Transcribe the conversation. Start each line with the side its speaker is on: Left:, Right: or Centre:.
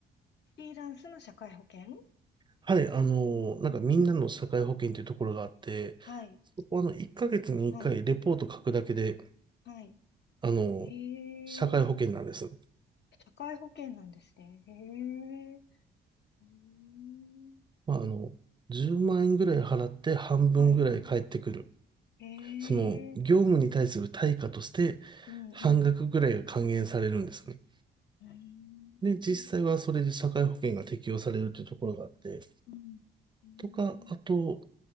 Left: フリーランスの社会保険
Right: はい、あの、なんかみんなの社会保険というところがあって、
Left: うんうん。はい。
Right: そこはあの、1ヶ月に1回レポート書くだけで、
Left: はい。は
Right: あの、
Left: い。
Right: 社会保険なんです。
Left: ええ社会保険なんですね。へえ。うーん。
Right: まあ、あの、10万円ぐらい払って半分ぐらい返ってくる。
Left: はい。はい。へ
Right: その、
Left: え。
Right: 業務に対する対価として、
Left: うんうん。
Right: 半額ぐらいが還元されるんですね。
Left: うーん。
Right: で、実際はそれで社会保険が適用されるというところがあって、
Left: うん。うーん
Right: とか、あと、